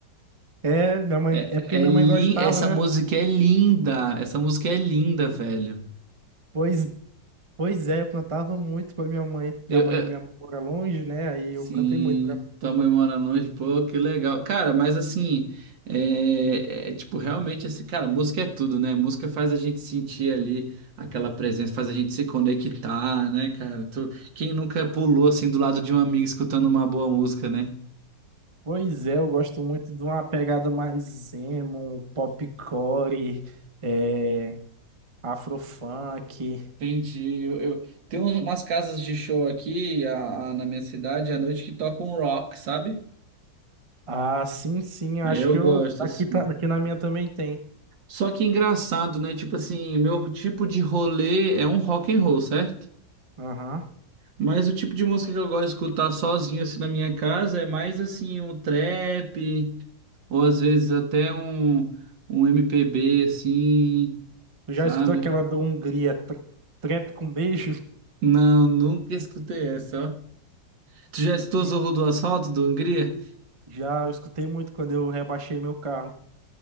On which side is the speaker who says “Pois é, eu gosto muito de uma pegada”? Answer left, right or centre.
Right